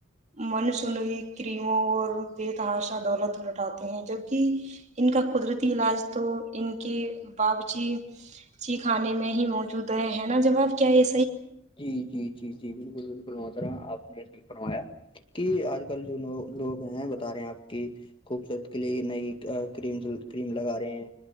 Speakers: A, on the right; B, on the left.
A: من سنئی کریموں اور بیتحاشا دولت لٹاتے ہیں جب ان کا قدرتی علاج تو ان کے بابچیچی خانے میں ہی موجود ہے ہے نا جواب کیا ایے
B: جی جی جی جی بالکل بالکل ماترا آپ نے فرمایا کہ آج کل جوو لوگ ہیں بتا رہے ہیں آپ کہ خوبصورت کے لیے نئی کرم کریم لگا رہے ہیں